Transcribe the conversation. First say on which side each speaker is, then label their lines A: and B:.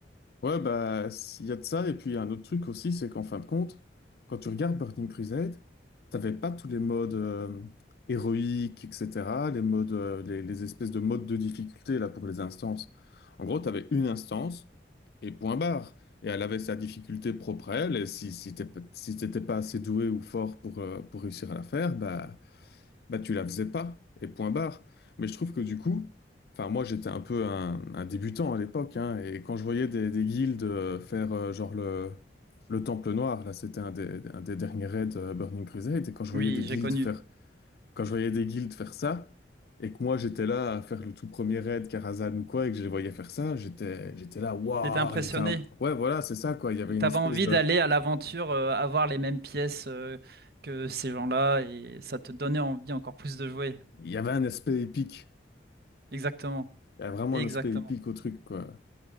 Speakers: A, on the left (about 60°); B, on the right (about 60°).
A: Ouais, bah, il y a de ça. Et puis, y a un autre truc aussi, c'est qu'en fin de compte, quand tu regardes Burning Crusade, t'avais pas tous les modes euh, héroïques, etc., les modes, euh, les, les espèces de modes de difficulté, là, pour les instances. En gros, t'avais une instance et point barre. Et elle avait sa difficulté propre à elle. Et si, si t'es- si t'étais pas assez doué ou fort pour, euh, pour réussir à la faire, bah, bah tu la faisais pas, et point barre. Mais je trouve que du coup, enfin moi j'étais un peu un, un débutant à l'époque, hein, et quand je voyais des, des guildes euh, faire euh, genre le, le Temple Noir, là c'était un des, un des derniers raids euh, Burning Crusade, et quand je voyais
B: Oui,
A: des guildes
B: j'ai connu.
A: faire, quand je voyais des guildes faire ça, et que moi j'étais là à faire le tout premier raid Karazhan ou quoi, et que je les voyais faire ça, j'étais j'étais là, waouh,
B: T'étais impressionné
A: j'étais un- ouais voilà c'est ça quoi, il y avait
B: Et T'avais
A: une espèce
B: envie
A: de,
B: d'aller à l'aventure, euh, avoir les mêmes pièces euh, que ces gens-là, et ça te donnait envie encore plus de jouer.
A: il y avait un aspect épique,
B: Exactement.
A: il y a vraiment
B: Exactement.
A: un aspect épique au truc quoi.